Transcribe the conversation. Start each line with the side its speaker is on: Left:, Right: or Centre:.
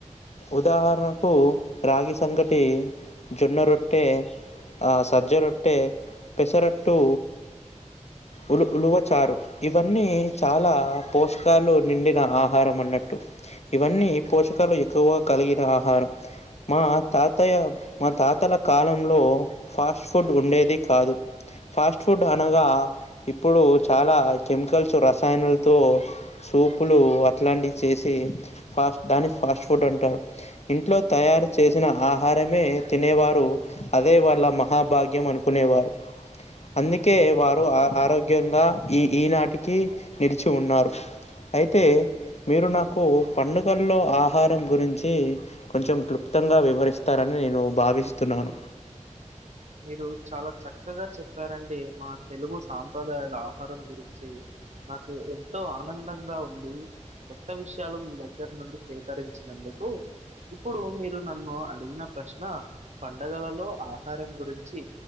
Left: ఉదాహరణకు రాగి సంగటి జొన్న రొట్టె సజ్జ రొట్టె పెసరట్టు ఉలు ఉలువచారు ఇవన్నీ చాలా పోషకాలు నిండిన ఆహారం అన్నట్టు ఇవన్నీ పోషకాలు ఎక్కువ కలిగిన ఆహారం మా తాతయ్య మా తాతల కాలంలో ఫాస్ట్ ఫుడ్ ఉండేది కాదు ఫాస్ట్ ఫుడ్ అనగా ఇప్పుడు చాలా కెమికల్స్ రసాయనాలతో సూపులు అట్లాంటివి చేసి ఫాస్ట్ దాని ఫాస్ట్ ఫుడ్ అంటారు ఇంట్లో తయారు చేసిన ఆహారమే తినేవారు అదే వాళ్ళ మ హా భాగ్యం అనుకునేవారు అందుకే వారు ఆ ఆరోగ్యంగా ఈ ఈనాటికి నిలిచి ఉన్నారు అయితే మీరు నాకు పండుగల్లో ఆ ఆహారం గురించి కొంచెం క్లుప్తంగా వివరిస్తారని నేను భావిస్తున్నాను
Right: మీరు చాలా చక్కగా చెప్పారండి మా తెలుగు సాంప్రదాయాల ఆహారం గురిం చి మాకు ఎంతో ఆనందంగా ఉంది కొత్త విషయాలు మీ దగ్గర నుండి సేకరించినందుకు ఇప్పుడు మీరు నన్ను అడిగిన ప్రశ్న పండగలలో ఆహారం గురించి